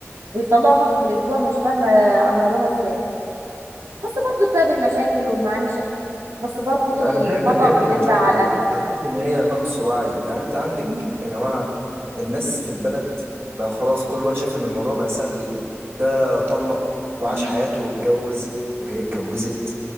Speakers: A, on the right; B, on the right.
A: بيطلعوا خمسة في الأسبوع مش فاهمة عملوها ازاي بس برضو بسبب المشاكل والمعيشة بس برضو
B: انا
A: الخطأ
B: شايف ان هي مش
A: بيرجع
B: مشاكل
A: على الأهل
B: على قد ما هي نقص وعي يعني انت عندك
A: مم.
B: يا جماعة الناس في البلد بقى خلاص كله بقى شايف ان الموضوع بقى سهل ده طلق وعاش
A: مم.
B: حياته واتجوز وهي اتجوزت